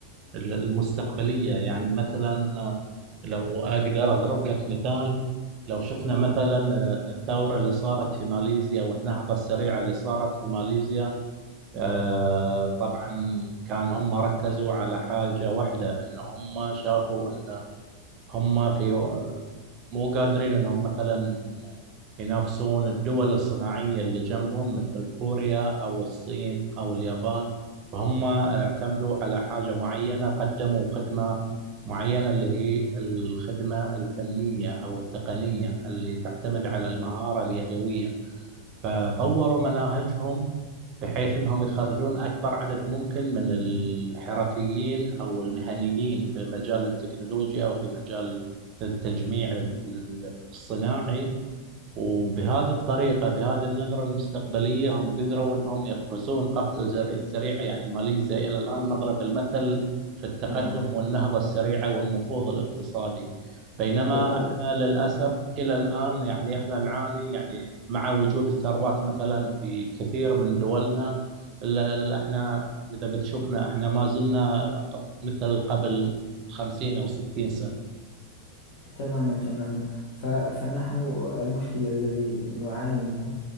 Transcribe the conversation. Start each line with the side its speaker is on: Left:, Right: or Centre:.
Right: ال- المستقبلية يعني مثلا لو أقدر أضرب لك مثال لو شفنا مثلا آه، الثورة اللي صارت في ماليزيا والنهضة السريعة اللي صارت في ماليزيا آه، طبعا كان هم ركزوا على حاجة واحدة إن هم شافوا إن هم في مو قادرين انهم مثلا ينافسون الدول الصناعية اللي جنبهم مثل كوريا او الصين او اليابان فهم اعتمدوا على حاجة معينة قدموا خدمة معينة اللي هي الخدمة الفنية او التقنية اللي تعتمد على المهارة اليدوية فطوروا مناهجهم بحيث انهم يخرجون اكبر عدد ممكن من الحرفيين او المهنيين في مجال التكنولوجيا وفي مجال التجميع ال- الصناعي وبهذه الطريقة بهذه النظرة المستقبلية هم قدروا أنهم يقفزون قفزة زر- سريعة يعني ماليزيا إلى الآن مضرب المثل في التقدم
Left: تماما
Right: والنهضة السريعة والنهوض الاقتصادي بينما
Left: بالطبع
Right: إحنا للأسف إلى الآن يعني إحنا نعاني يعني مع وجود الثروات مثلا في كثير من دولنا إلا إلا إحنا إذا بتشوفنا إحنا ما زلنا ق- مثل قبل خمسين أو ستين سنة
Left: تماما تماما ف- فنحن المشكل الذي نعاني منه